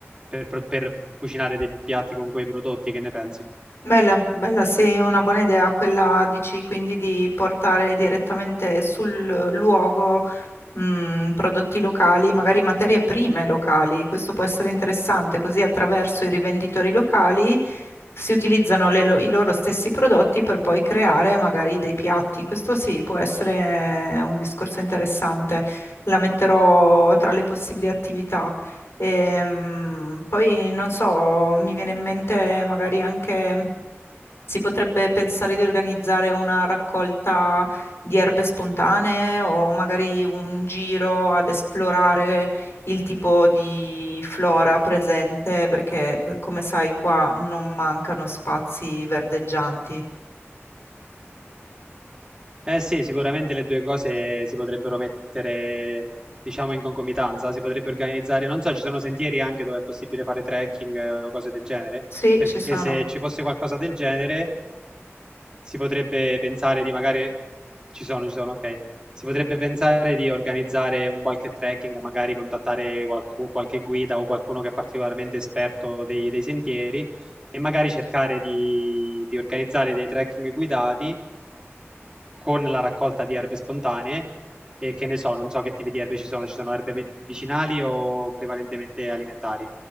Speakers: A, on the right; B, on the left.
A: per, pro- per cucinare dei piatti con quei prodotti, che ne pensi?
B: Bella, bella, sì, è una buona idea quella, dici, quindi di portare direttamente sul luogo, mh, prodotti locali, magari materie prime locali. Questo può essere interessante, così attraverso i rivenditori locali si utilizzano le lo- i loro stessi prodotti per poi creare magari dei piatti. Questo sì, può essere un discorso interessante. La metterò tra le possibili attività. Ehm, poi non so, mi viene in mente magari anche si potrebbe pensare di organizzare una raccolta di erbe spontanee o magari un giro ad esplorare il tipo di flora presente, perché eh, come sai qua non mancano spazi verdeggianti.
A: Eh sì, sicuramente le due cose si potrebbero mettere, diciamo, in concomitanza, si potrebbe organizzare, non so, ci sono sentieri anche dove è possibile fare trekking eh, o cose del genere,
B: Sì,
A: perché
B: ci sono.
A: se ci fosse qualcosa del genere si potrebbe pensare di magari, ci sono, ci sono, ok, si potrebbe pensare di organizzare un qualche trekking, magari contattare qualcu- qualche guida o qualcuno che è particolarmente esperto dei, dei sentieri e magari cercare di di organizzare dei trekking guidati con la raccolta di erbe spontanee e che ne so, non so che tipi di erbe ci sono, ci sono erbe medicinali o prevalentemente alimentari?